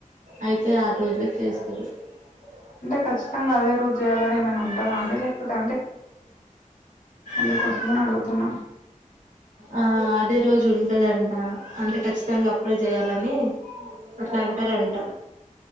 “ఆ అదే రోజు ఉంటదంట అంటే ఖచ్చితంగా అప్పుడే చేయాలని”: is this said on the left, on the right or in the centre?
Right